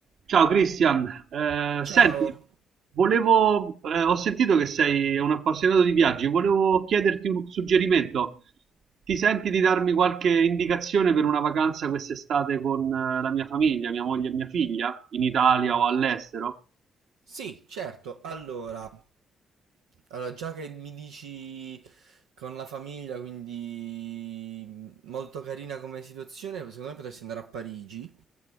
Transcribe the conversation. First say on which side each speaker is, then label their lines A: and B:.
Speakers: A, on the right; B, on the right.
A: Ciao Cristian, Eh, senti,
B: Ciao.
A: volevo, eh, ho sentito che sei un appassionato di viaggi, volevo chiederti un suggerimento. Ti senti di darmi qualche indicazione per una vacanza quest'estate con eh, la mia famiglia, mia moglie e mia figlia, in Italia o all'estero?
B: Sì, certo. Allora, allora, già che mi dici con la famiglia, quindi mh, molto carina come situazione, secondo me potresti andare a Parigi.